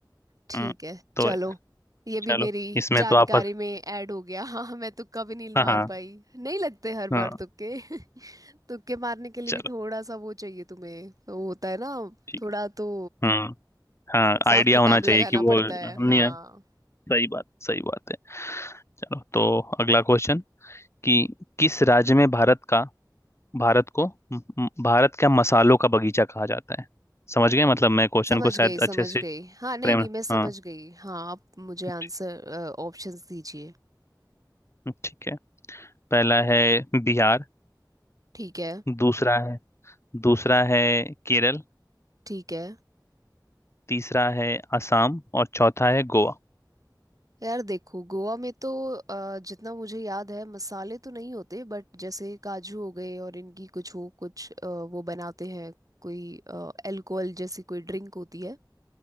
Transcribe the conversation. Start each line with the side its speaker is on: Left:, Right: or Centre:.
Right: ठीक
Left: हम्म,
Right: है
Left: तो
Right: चलो ये भी
Left: चलो
Right: मेरी
Left: इसमें
Right: जानकारी
Left: तो आप
Right: में ऐड हो गया हाँ मैं तुक्का भी नहीं
Left: हाँ
Right: मार
Left: हाँ
Right: पाई नहीं लगते हर
Left: हाँ,
Right: बार तुक्के <laughs> तुक्के मारने के लिए
Left: चलो
Right: भी थोड़ा सा वो चाहिए तुम्हें वो होता है ना
Left: ठीक
Right: थोड़ा तो
Left: है। हम्म हाँ
Right: हिसाब
Left: आइडिया
Right: किताब
Left: होना चाहिए
Right: लगाना
Left: कि वो
Right: पड़ता
Left: हमने
Right: है हाँ
Left: सही बात सही बात है चलो तो अगला क्वेश्चन कि किस राज्य में भारत का भारत को म- म- भारत का मसालों का बगीचा कहा जाता है समझ गए मतलब मैं क्वेश्चन
Right: समझ
Left: को शायद
Right: गई
Left: अच्छे
Right: समझ
Left: से
Right: गई हाँ नहीं
Left: फ्रेम
Right: नहीं मैं समझ
Left: हाँ
Right: गई हाँ आप मुझे आंसर
Left: ठी-
Right: ऑप्शंस दीजिए
Left: ठीक है पहला है बिहार
Right: ठीक है
Left: दूसरा है दूसरा है केरल
Right: ठीक है
Left: तीसरा है असम और चौथा है गोवा
Right: यार देखो गोवा में तो अ, जितना मुझे याद है मसाले तो नहीं होते बट जैसे काजू हो गए और इनकी कुछ वो कुछ अ, वो बनाते हैं कोई अल्कोहल जैसी कोई ड्रिंक होती है